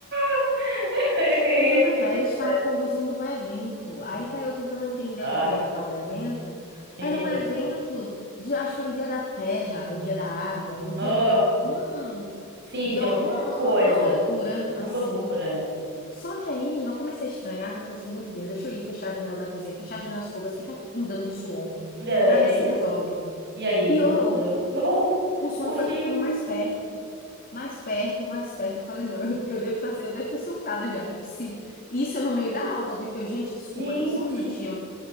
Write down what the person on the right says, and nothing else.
<laughs>
Ah,
que
que
é?
Oh,
sim,
de
alguma coisa.
Uma loucura.
É,
e,
e aí,
resolveu? Oh, oh,
oh,
gente,
gente.